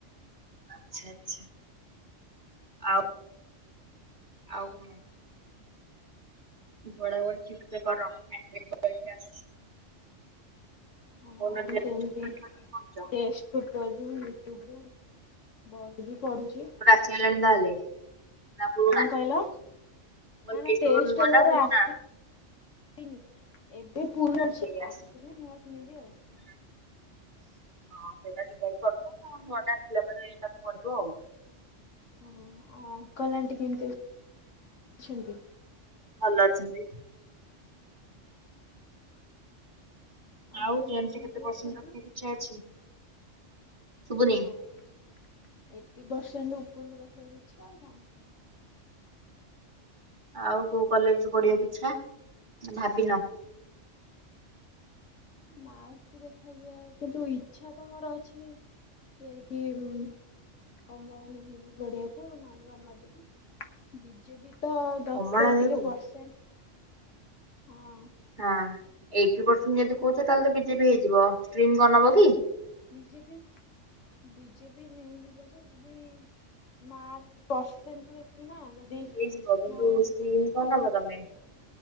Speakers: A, on the right; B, on the left.
A: ଆଛା ଆଛା ଆଉ ଆଉ କଣ? ପଢାପଢି ଠିକସେ କର ମ୍ୟାଟ୍ରିକ ପରୀକ୍ଷା ଆସଚି।
B: ହଁ
A: ଫୋନ ଅଧିକା
B: ସେମିତି
A: ଦେ-ଚ ପାଠ ଅଧିକ ପଢୁଚ?
B: ଟେଷ୍ଟ ପେପରରୁ ୟୁଟ୍ୟୁବରୁ ବହି ବି ପଢୁଚି।
A: ଚି ହେଲାଣି ତାହେଲେ। ନା ପୁରୁଣା
B: କଣ କହିଲ?
A: ମୁଁ
B: ନା
A: କହିଲି
B: ନା
A: ଟେଷ୍ଟ
B: ଟେଷ୍ଟପେପର୍
A: ପେପର ନୂଆ ନା ପୁରୁଣା?
B: ଆସି ନି ଏବେ ପୁରୁଣା ଅଛି
A: ସେଇ ଆସି
B: ଆସିଲେ ନୂଆ କିଣିବି ଆଉ।
A: ହୁଁ। ହଁ ସେଇଟା <unintelligible> କରିଥାଆନ୍ତୁ ନୂଆ ଟେ ଆସିଲା ପରେ ଏଇଟା ପଡିବ ଆଉ।
B: ଆଉ ଅଙ୍କଲ୍ ଆଣ୍ଟି କେମିତି ଅଛନ୍ତି।
A: ଭଲ ଅଛନ୍ତି? ଆଉ
B: ଘରେ ସବୁ
A: ଟେନଥରେ
B: କିଏ
A: କେତେ
B: କିଏ
A: ପର୍ସେଣ୍ଟ୍
B: ଅଛନ୍ତି?
A: ରଖିବାକୁ ଇଚ୍ଛା ଅଛି? ଶୁଭୁନି
B: ଏଇ ନାଇଁ ଏଇଟି ପରସେଣ୍ଟ୍ ଉପୁରକୁ ରଖିବାକୁ ଆଉ କଣ।
A: ଆଉ କୋଉ କଲେଜରୁୁ ପଢିବାକୁ ଇଚ୍ଛା ନାଇ ଭାବିିନ?
B: ମାର୍କକୁ ଦେଖାଯାଉ କିନ୍ତୁ ଇଚ୍ଛା ତ ମୋର ଅଛି ରକିମ୍ କମଳା ନହବି ବଢଆକୁ ନଲେ ରମାଦବି ବିଜେ ବି। ତ ଦରକାର
A: କମଳା ନେହେରୁ
B: ଟିକେ ପରସେଣ୍ଟ ହଁ।
A: ହଁ ଏଇଟି ପରସେଣ୍ଟ ଯଦି କହୁଛ ତାହେଲେ ବିଜେପି ହେଇଯିବ ଷ୍ଟ୍ରିମ କଣ ନବ କି?
B: ବିଜେପି। ବିଜେପି ନେଇଯିବ ଯେ ଯଦି ମାର୍କ ପ୍ରସେଣ୍ଟ ଦେଖିକି ନା। ଯଦି ନ
A: ହେଇଯିବ କିନ୍ତୁ
B: ରହିବ
A: ଷ୍ଟ୍ରୀମ କଣ ନବ ତମେ?